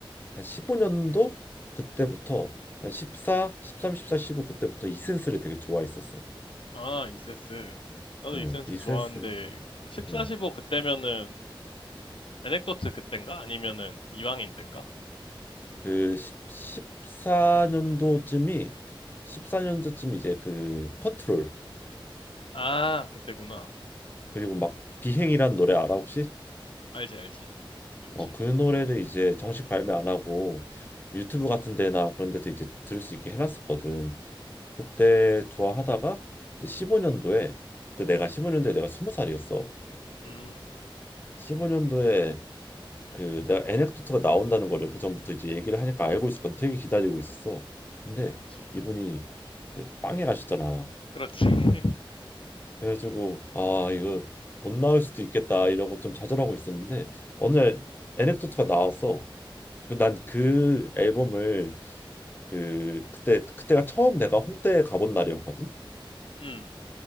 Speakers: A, on the left; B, on the left.
A: 한 15년도 그때부터 한 14, 13, 14, 15 그때부터 이센스를 되게 좋아했었어.
B: 아, 이센스. 나도
A: 응,
B: 이센스
A: 이센스.
B: 좋아하는데 14,
A: 응.
B: 15 그때면은 에넥도트 그땐가? 아니면은 이방인 땐가?
A: 그 10, 4년도쯤이 14년도쯤 이제 그 컨트롤
B: 아, 그때구나.
A: 그리고 막 비행이란 노래 알아 혹시?
B: 알지, 알지. 좋지.
A: 어, 그 노래를 이제 정식 발매 안 하고 유튜브 같은 데나 그런 데서 이제 들을 수 있게 해놨었거든. 그때 좋아하다가 이제 15년도에 그때 내가 십오 년도에 내가 스무 살이었어
B: 음,
A: 15년도에 그 내가 에넥도트가 나온다는 거를 그 전부터 이제 얘기를 하니까 알고 있었거든. 되게 기다리고 있었어. 근데
B: 그렇지.
A: 이분이 그 빵에 가셨잖아.
B: 그렇지. <laughs>
A: 그래가지고 아 이거 못 나올 수도 있겠다 이러고 좀 좌절하고 있었는데 어느 날 에넥도트가 나왔어. 난 그 앨범을 그 그때 그때가 처음 내가 홍대에 가본 날이었거든.
B: 음,